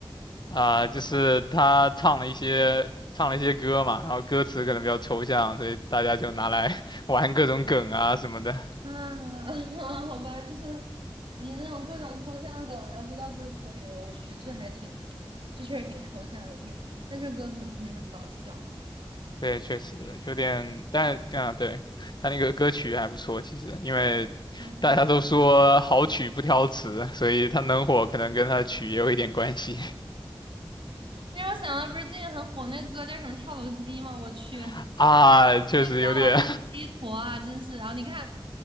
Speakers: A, on the left (about 55°); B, on the right (about 65°).
A: 啊、就是他唱了一些唱了一些歌嘛，然后歌词可能比较抽象，所以大家就拿来 <laughs> 玩各种梗啊什么的。
B: 啊，<laughs> 好吧，就是集那种各种抽象梗，然后都到歌词里了。我去，这还挺，这确实挺抽象的，也挺，但是歌定听着很搞笑。
A: 对，确实有点，但啊，对，他那个歌曲还不错，其实因为大家都说好曲不挑词，
B: 嗯，
A: 所以他能火可能跟他的曲也有一点关系
B: 那让我想到不是最近很火那个歌叫什么《跳楼机》吗？我去，那
A: <laughs> 啊，确实有点
B: 歌完全是一坨啊，真是。然后你看，